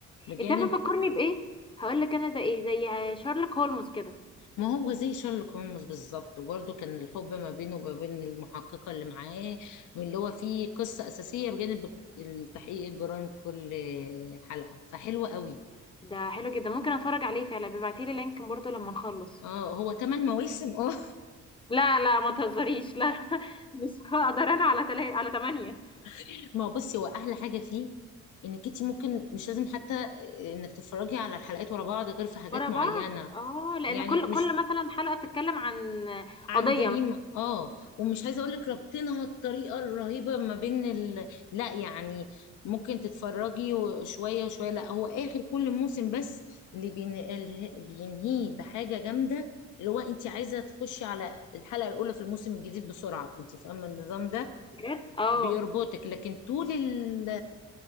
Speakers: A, on the left; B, on the left.
A: بجانب
B: انت عارفه فكرني بايه هقول لك انا زي ايه زي شارلوك هولمز كده
A: ما هو زي شارلوك هولمز بالظبط وبرده كان الحب ما بينه وما بين المحققة اللي معاه واللي هو فيه قصة أساسية بجانب تحقيق الجرائم كل حلقة فحلوة قوي
B: ده حلو جدا ممكن اتفرج عليه فعلا بيبعتي لي لينك برضه لما نخلص
A: اه هو تمن مواسم اه
B: لا لا ما تهزريش لا <laughs> مش هقدر انا على تلا... على تمانية
A: <laughs> ما هو بصي هو أحلى حاجة فيه إنك انتي ممكن مش لازم حتى إنك تتفرجي على الحلقات ورا بعض غير في حاجات
B: ورا
A: معينة
B: بعض اه لان
A: يعني
B: كل
A: مش
B: كل مثلا حلقه بتتكلم عن
A: عن
B: قضيه
A: جريمة
B: مثلاً.
A: اه ومش عايزة اقولك ربطنها الطريقة الرهيبة ما بين ال... لا يعني ممكن تتفرجي وشوية وشوية لا هو اخر كل موسم بس اللي بينقله... بينهيه بحاجة جامدة اللي هو انت عايزة تخشي على الحلقة الاولى في الموسم الجديد بسرعة انت فاهمة النظام ده
B: بجد اه
A: بيربطك لكن طول ال...